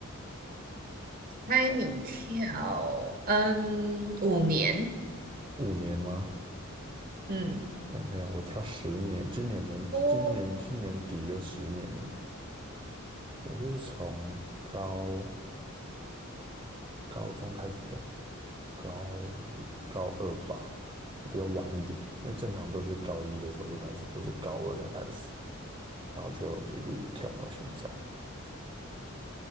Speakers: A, on the right; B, on the right.
A: 猜你跳，
B: 猜
A: 嗯，五年，
B: 五年吗？
A: 嗯，
B: 没没有，我跳十年，今年年底今年今年底就十年了。
A: 哦，
B: 我是从高高中开始跳，高高二吧，我比较晚一点，因为正常都是高一的时候就开始，我是高二才开始，然后就一路跳到现在。